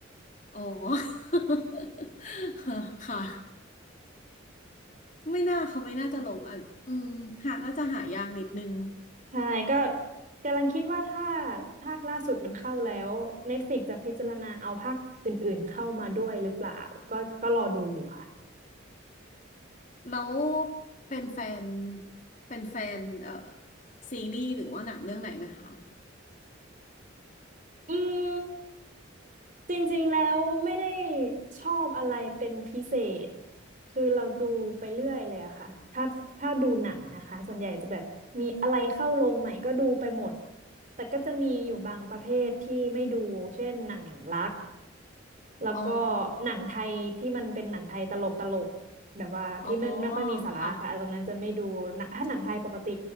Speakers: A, on the left; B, on the right.
A: อ๋อ <laughs> ค่ะไม่น่าเขาไม่น่าจะลงอ่ะอืมหาน่าจะหายากนิดนึง
B: ใช่ก็กำลังคิดว่าถ้าภาคล่าสุดมันเข้าแล้ว Netflix จะพิจารณาเอาภาคอื่นๆเข้ามาด้วยหรือเปล่าก็ก็รอดูอยู่ค่ะ
A: แล้วเป็นแฟนเป็นแฟนเอ่อซีรีส์หรือว่าหนังเรื่องไหนไหมคะ
B: อืม จริงๆ แล้วไม่ได้ชอบอะไรเป็นพิเศษคือเราดูไปเรื่อยเลยอะค่ะถ้าถ้าดูหนังนะคะส่วนใหญ่จะแบบมีอะไรเข้าโรงใหม่ก็ดูไปหมดแต่ก็จะมีอยู่บางประเภทที่ไม่ดูเช่นหนังรัก แล้วก็
A: อ๋อ
B: หนังไทยที่มันเป็นหนังไทยตลกตลกแบบว่าที่ไม่ไม่ค่อยมีสาระค่ะตรงนั้นจะไม่ดูนะถ้าหนังไทยปกติ
A: อ๋อค่ะ